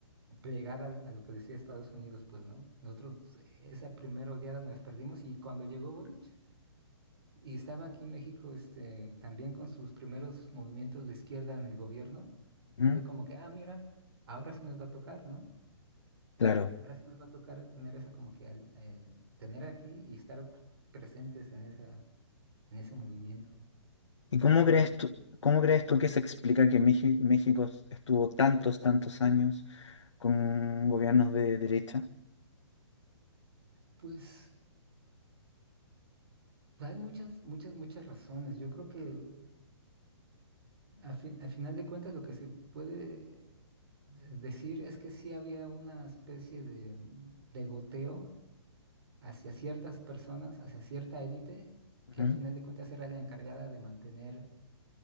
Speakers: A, on the right (about 55°); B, on the left (about 85°).
A: plegar al- a, lo que decía Estados Unidos, pues, ¿no? Nosotros esa primera oleada nos las perdimos y cuando llegó Boric y estaba aquí en México, este, también con sus primeros movimientos de izquierda en el gobierno,
B: ujú,
A: fue como que, ah, mira, ahora sí nos va a tocar, ¿no?
B: Claro.
A: Ahora sí nos va a tocar tener esa como que, al- eh, tener aquí y estar presentes en esa, en ese movimiento.
B: ¿Y cómo
A: Pero,
B: crees tú, cómo crees tú que se explica que Meji- México estuvo tantos, tantos años con gobiernos de derecha?
A: pues, hay muchas, muchas, muchas razones. Yo creo que Al fi- al final de cuentas, lo que se puede eh, decir es que sí había una especie de, de goteo hacia ciertas personas, hacia cierta élite,
B: Ujú,
A: que al final de cuentas era la encargada de mantener